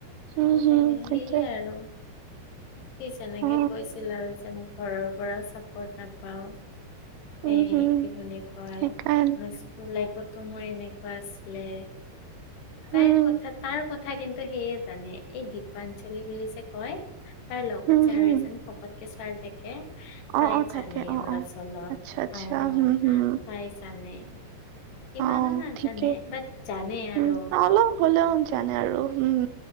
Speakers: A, on the right (about 80°); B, on the left (about 70°).
A: উম হম
B: চাগে,
A: সেইটোয়ে
B: সেয়ে আৰু কি যেনেকে
A: অ
B: কৈছিল আৰু যে মোক ঘৰৰ পৰা চাপৰ্ট নাপাওঁ,
A: উম
B: এই
A: হম
B: কি বুলি কয়
A: সেইকাৰণে
B: তোৰ, লাইফতো মোৰ এনেকুৱা আছিলে। তাইৰ
A: উম
B: কথা তাৰ কথা কিন্তু সেয়ে জানে, এই দীপাঞ্চলি বুলি যে কয়। তাৰ লগত
A: হম
B: যে
A: হম
B: আৰু এজনী সকতকে ছোৱালী থাকে।
A: অ
B: তাই
A: অ থাকে
B: জানে
A: অ
B: অলপ-চলপ
A: অ আচ্ছা আচ্ছা
B: তাই হা,
A: হম হম
B: তা জানে ইমানো
A: অ
B: নাজানে,
A: ঠিকে
B: বাট জানে আৰু।
A: উম অলপ হ'লেও জানে আৰু হম,